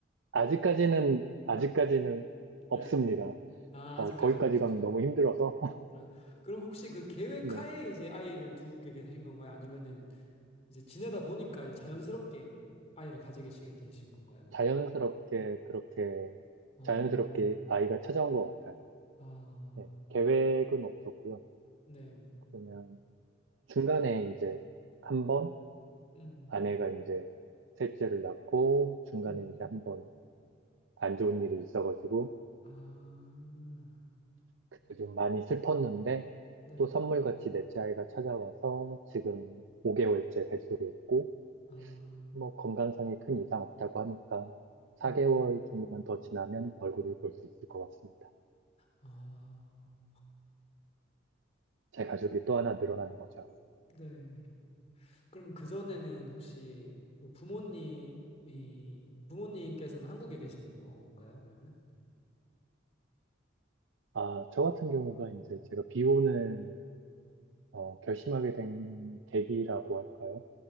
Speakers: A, on the right; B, on the left.
A: 아직까지는, 아직까지는 없습니다.
B: 네. 아,
A: 어,
B: 아직까지는
A: 거기까지
B: 없으시고.
A: 가면 너무 힘들어서, <laughs>
B: 아, 그럼 혹시 그 계획
A: 네.
B: 하에 이제 아이를 두게 되신 건가요? 아니면은 이제 지내다 보니까 이제 자연스럽게 아이를 가지시게 되신 건가요?
A: 자연스럽게, 그렇게,
B: 아,
A: 자연스럽게 아이가 찾아온 것 같아요.
B: 아,
A: 네. 계획은 없었고요.
B: 네,
A: 그냥 중간에 이제 한 번,
B: 음,
A: 아내가 이제 셋째를 낳고, 중간에
B: 음,
A: 이제 한 번 안 좋은 일이 있어가지고,
B: 아,
A: 그때 좀 많이 슬펐는데
B: 네,
A: 또 선물같이 넷째 아이가 찾아와서 지금 5개월째 뱃속에 있고
B: 아,
A: 뭐 건강상에 큰 이상 없다고 하니까 4개월
B: 음,
A: 정도만 더 지나면 얼굴을 볼 수 있을 것 같습니다.
B: 아,
A: 제 가족이 또 하나 늘어나는 거죠.
B: 네. 그럼 그전에는 혹시 뭐 부모님이, 부모님께서는 한국에 계시는 건가요, 그러면?
A: 아, 저 같은 경우가 이제 제가 비혼을 어, 결심하게 된 계기라고 할까요?